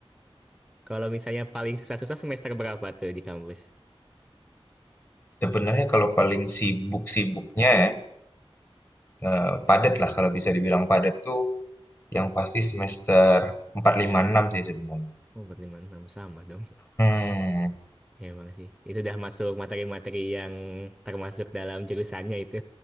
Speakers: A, in the centre; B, on the left (about 25°).
A: Kalau misalnya paling susah-susah semester berapa tuh di kampus?
B: Sebenarnya kalau paling sibuk-sibuknya ya, eh, padat lah kalau bisa dibilang padat tuh Yang pasti semester 4 5 6 sih sebenarnya.
A: Oh, 456 sama dong.
B: Hmm
A: <laughs> Emang sih. Itu udah masuk materi-materi yang termasuk dalam jurusannya itu.